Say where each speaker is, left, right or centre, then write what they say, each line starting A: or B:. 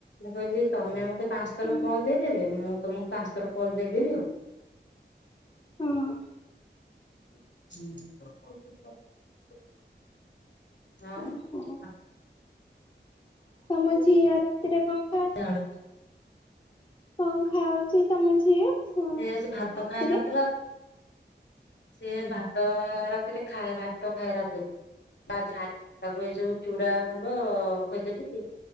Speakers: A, on the left (about 70°); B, on the left (about 25°).
A: ମୁଁ କହିଲି ତମେ ମତେ ପାଞ୍ଚ ଥର
B: ହଁ
A: କଲ୍ ଦେଇଦେବେ। ମୁଁ ତମକୁ ପାଞ୍ଚ ଥର କଲ୍ ଦେଇଦେବି ଆଉ।
B: ହଁ।
A: ହୁଁ, ହୁଁ।
B: ହଁ। ତମ ଝିଅ ରାତିରେ କଣ ଖାଏ।
A: ସନ୍ଧ୍ୟାବେଳେ?
B: କଣ ଖାଉଚି ତମ ଝିଅ?
A: ସେ ଆଜି ଭାତ
B: ରାତିରେ?
A: ଖାଇ ନଥିଲା ସିଏ ଭାତ ରାତିରେ ଖାଏ ଭାତ ଖାଏ ରାତିରେ। ଆଉ ଝାଡ଼ା ତାକୁ ଯୋଉ ଚୁଡ଼ା ଗୁଣ୍ଡ ଖୁଏଇ ଦେଲି